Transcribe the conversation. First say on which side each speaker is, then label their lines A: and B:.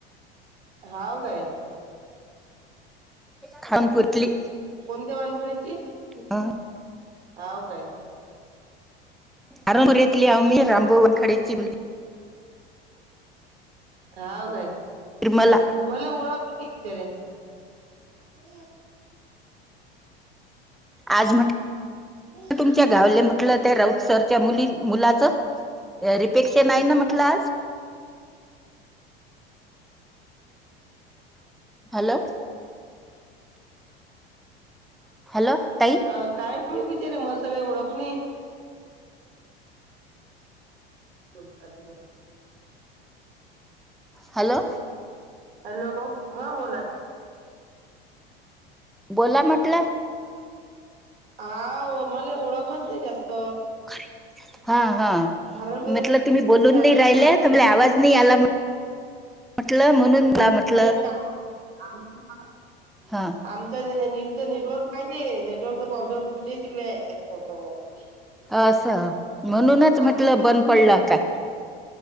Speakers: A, on the right; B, in the centre.
A: हाव काय.
B: खाऊन पुतली,..
A: कोणत्या वानखडीची
B: अ
A: हाव काय,
B: हरमुल्यातली आहो मी रामभाऊ वानखडेची मुलगी.
A: हाव काय,
B: निर्मला
A: मला ओळाखती विचारे.. हे
B: आज म्हट
A: <unintelligible>
B: तुमच्या गावले म्हटलं त्या राऊतसरच्या मुली मुलाचं रिपेक्शन आहे ना म्हटलं आज, हॅलो हॅलो ताई
A: अ काय माईत बिचारे, मला तर काय ओळख नाही. बोल आता बोल
B: हॅलो.
A: हॅलो. हा बोला,
B: बोला म्हटलं.
A: हा वो मले ओळखच नाही जास्त,
B: कारे.. हा, हा
A: खारणपुऱ्यात
B: म्हटलं तुम्ही बोलून नाही
A: आम्ही इकडे
B: राहिले,
A: बारगावला
B: त मले आवाज नाही आला म्हण म्हटलं म्हणून, म्हटलं
A: नई ना <unintelligible>
B: हा
A: आमच्या न त्यानी इथ नेटवर्क आहे, नेटवर्कचा प्रॉब्लेम तुमच्याच इकडे आय
B: असं म्हणूनच म्हटलं
A: आमच्या इकडे
B: बंद
A: फुल
B: पडला काय?